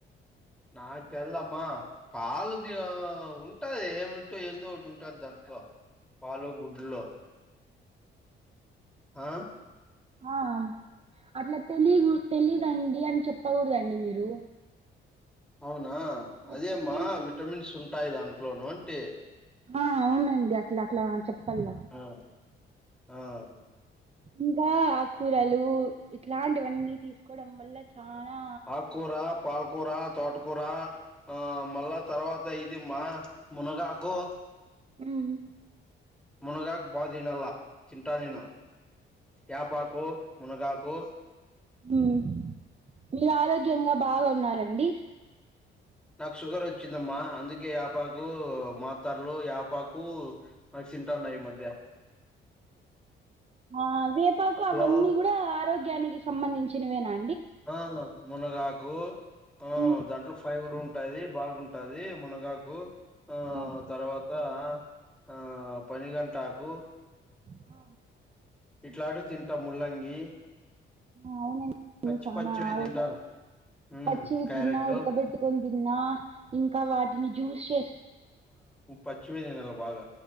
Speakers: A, in the centre; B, on the right.
A: నాకు తెల్దమ్మా పాలుంది ఉంటాది ఏమంటో ఏందో ఒకటి ఉంటది దాంట్లో పాలు గుడ్లు ఆ
B: ఆ అట్లా తెలీగుడుద్ తెలీదండి అని చెప్పకూడదండి మీరు
A: అవును ఆ
B: మీరు
A: అదే
B: చెప్పిన
A: అమ్మా విటమిన్స్ ఉంటాయి దాంట్లో నంటి
B: ఆ అవునండి అట్లా అట్లన చెప్పల్ల
A: ఆ ఆ
B: ఇంకా ఆక్కూరలు ఇట్లాంటివన్నీ తీసుకోవడం వల్ల చానా
A: ఆక్కురా పాలకురా తోటకర ఆ మళ్ళా తర్వాత ఇది మ్మా మునగాకు
B: మ్
A: మున్నగకు బా తిన్నాల తింటా నేను యాపాకో మునగాకో
B: ఉమ్ మీరు ఆరోగ్యంగా బాగా ఉన్నారు రండి
A: నాకు షుగర్ వచ్చిందమ్మా అందుకే ఆయాపాకు మాతరలు ఆయాపాకు తింటాన్నా ఈ మధ్య
B: ఆ వి పాకు అవన్నీ
A: హలో
B: కూడా ఆరోయ నికి సంబంధించినవి నా
A: ఆ మునగాకు ఆ
B: ఉమ్
A: దాంట్లో ఫైవర్ ఉం ఉంటది బాగుంటుది మునగాకు ఆ
B: ఉమ్
A: తర్వాత ఆ పనిగంటకు
B: అ
A: ఇట్లాంటి తింటా ముల్లంగి
B: అవును అన్ని
A: పచ్చి
B: చాల
A: పచ్చివే
B: ఆరోగ్య
A: తింటాను ఉమ్
B: పచ్చివి
A: క్యారెట్
B: తిన్నా ఉడకబెట్టుకొని తిన్నా ఇంకా వాటిని జ్యూస్ చే
A: పాచివే తినాలి బాగా